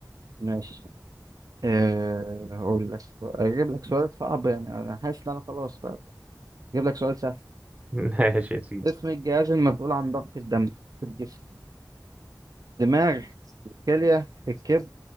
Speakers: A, on the right; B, on the right.
A: ماشي آه، أقول لك أجيب لك سؤال صعب يعني أنا حاسس إن أنا خلاص بقى أجيب لك سؤال سهل
B: <laughs> ماشي يا سيدي
A: اسم الجهاز المسؤول عن ضخ الدم في الجسم دماغ كلية الكبد